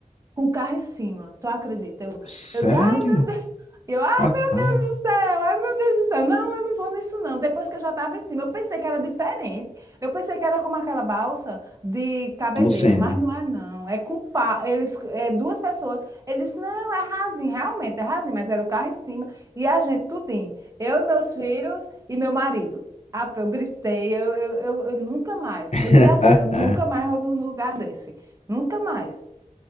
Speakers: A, on the right; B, on the left.
A: com o carro em cima. Tu acredita? Eu,
B: Sério?
A: eu dizia, ai meu Deus, eu, ai
B: Ah, ah.
A: do céu, ai meu Deus do céu. Não, eu não vou nisso não. Depois que eu já estava em cima, eu pensei que era diferente. Eu pensei que era como aquela balsa de cabedeiro,
B: Lucena.
A: mas não é não. É com pá, eles, é duas pessoas. Eles, disse, não, é rasinho, realmente é rasinho, mas era o carro em cima e a gente tudinho. Eu e meus filhos e meu marido. Ah, eu gritei, eu, eu, eu, eu nunca mais.
B: <laughs>
A: Eu digo a tu que eu nunca mais vou num lugar desse. Nunca mais.